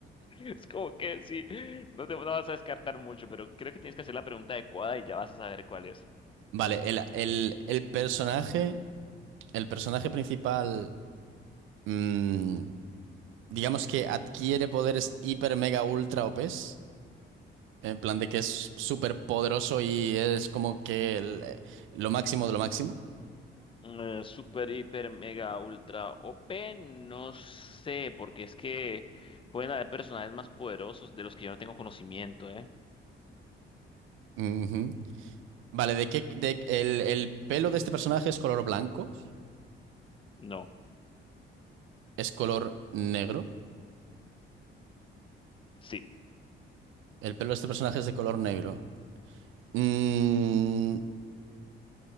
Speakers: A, on the left; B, on the right.
A: Es como que sí, no te no vas a descartar mucho, pero creo que tienes que hacer la pregunta adecuada y ya vas a saber cuál es.
B: Vale, el, el, el personaje, el personaje principal... mm, digamos que adquiere poderes hiper, mega, ultra o OPs, en plan de que es súper poderoso y es como que el- eh, lo máximo de lo máximo.
A: Eh, super, hiper, mega, ultra, o p no sé, porque es que pueden haber personajes más poderosos de los que yo no tengo conocimiento, ¿eh?
B: Ujú. Vale, ¿de qué? de- el, el pelo de este personaje es color blanco,
A: No,
B: es color negro.
A: sí.
B: El pelo de este personaje es de color negro. Mm,